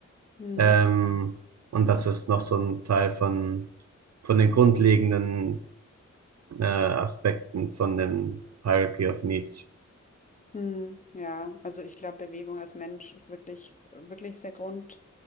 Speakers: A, on the left; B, on the right.
A: hm.
B: Ähm, und das ist noch so ein Teil von, von den grundlegenden äh, Aspekten von dem Hierarchy of Needs.
A: Hm, ja, also ich glaube, Bewegung als Mensch ist wirklich, wirklich sehr grund,